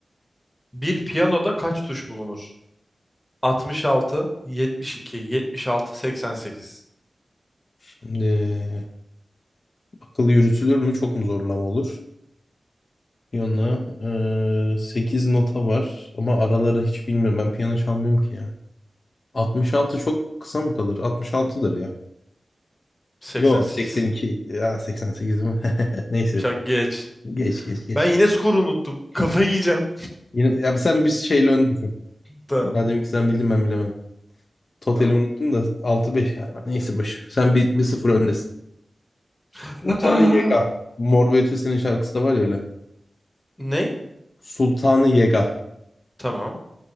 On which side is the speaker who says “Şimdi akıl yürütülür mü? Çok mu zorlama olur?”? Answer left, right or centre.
Left